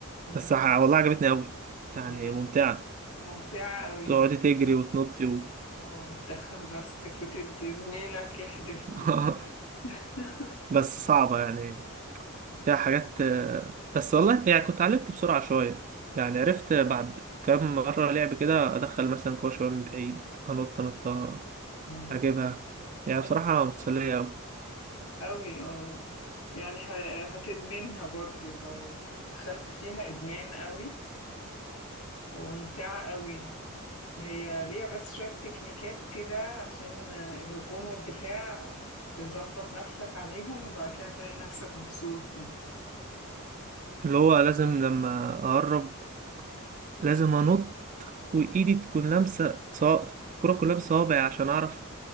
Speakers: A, on the left; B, on the right.
A: م-
B: بس ع- والله عجبتني أوي يعني
A: هي
B: ممتعة
A: ممتعة قوي
B: تقعدي تجري وتنطي و...
A: وتدخل باسكت وتدي زميلك يحدف
B: <laughs>
A: ومش عارف <laughs>
B: بس صعبة يعني فيها حاجات آه، بس والله يعني كنت اتعلمت بسرعة شوية يعني عرفت بعد كام مرة لعب كده أدخل مثلا كورة شوية من بعيد أنط نطة
A: مم.
B: أجيبها يعني
A: لا
B: بصراحة مسلية أوي
A: قوي اه يعني ه- هتدمنها برضو لو دخلت فيها إدمان قوي وممتعة قوي هي ليها بس شوية تكنيكات كده عشان الهجوم والدفاع تظبط نفسك عليهم وبعد كده تلاقي نفسك مبسوط يعني
B: اللي هو لازم لما أقرب لازم أنط وإيدي تكون لامسة صا- الكرة كلها بصوابعي عشان أعرف